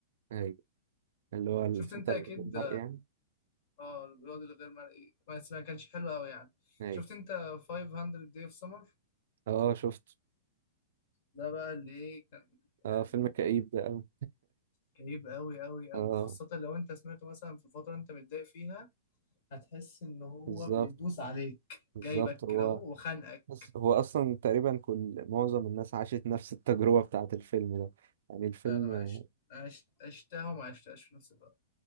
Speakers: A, on the right; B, on the left.
A: أيوة اللي هو الفتى
B: شفت انت اكيد
A: اللي في المرء يعني
B: اه البيض الغير مرئي بس ما كانش حلو قوي يعني
A: أيوة
B: شفت انت 500 Day of Summer
A: اه شفت
B: ده بقى اللي ايه كان يعني
A: اه فيلم كئيب ده أوي
B: كئيب قوي قوي قوي
A: اه
B: خاصة لو انت سمعته مثلا في فترة انت متضايق فيها هتحس ان هو
A: بالظبط
B: بيدوس عليك
A: بالظبط
B: جايبك
A: هو
B: كده اهو وخانقك
A: بس هو أصلا تقريبا كل معظم الناس عاشت نفس التجربة بتاعة الفيلم ده يعني الفيلم
B: لا انا ما عشت عشت عشتها وما عشتهاش في نفس الوقت